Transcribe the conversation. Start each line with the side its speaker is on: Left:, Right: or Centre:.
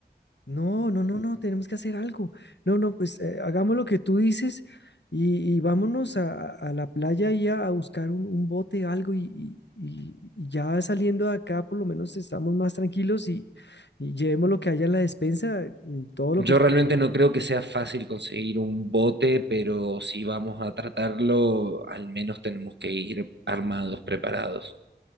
Left: No, no, no, no, tenemos que hacer algo. No, no, pues eh, hagamos lo que tú dices y, y vámonos a, a la playa y a, a buscar un, un bote, algo y, y- y- y ya saliendo de acá por lo menos estamos más tranquilos y, y llevemos lo que haya en la despensa, eh, todo lo
Right: Yo
Left: que te...
Right: realmente no creo que sea fácil conseguir un bote, pero si vamos a tratarlo, al menos tenemos que ir armados, preparados.